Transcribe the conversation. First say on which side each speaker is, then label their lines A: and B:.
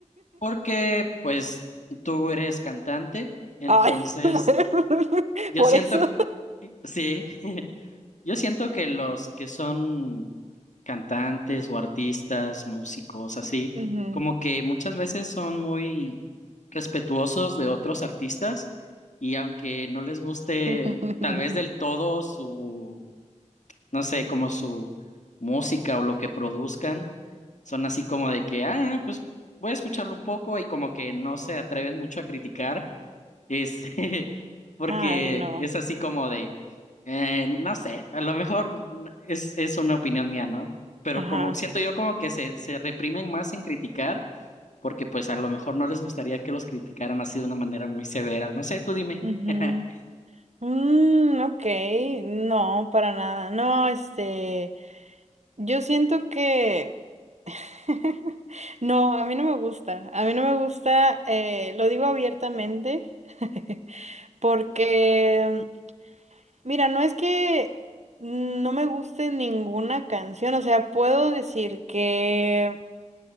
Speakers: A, on the left; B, on the right.
A: porque pues tú eres cantante,
B: <laughs>
A: entonces
B: Ay, <laughs>
A: yo
B: por
A: siento
B: eso.
A: que sí. <laughs> Yo siento que los que son cantantes o artistas, músicos, así,
B: Ujú.
A: como que muchas veces son muy respetuosos de otros artistas y aunque no les guste
B: <laughs>
A: tal vez del todo su, no sé, como su música o lo que produzcan, son así como de que, ah, pues voy a escucharlo un poco y como que no se atreven mucho a criticar es, <laughs> porque
B: Ay, no.
A: es así como de, eh, no sé, a lo mejor n- es, es una opinión mía, ¿no? Pero
B: Ajá.
A: como siento yo como que se, se reprimen más en criticar, porque pues a lo mejor no les gustaría que los criticaran así de una manera muy severa. No sé, tú dime.
B: Ujú.
A: <laughs>
B: Mm, ok, no, para nada. No, este, yo siento que... <laughs> No, a mí no me gusta. A mí no me gusta, eh, lo digo abiertamente, <laughs> porque, mira, no es que no me guste ninguna canción, o sea, puedo decir que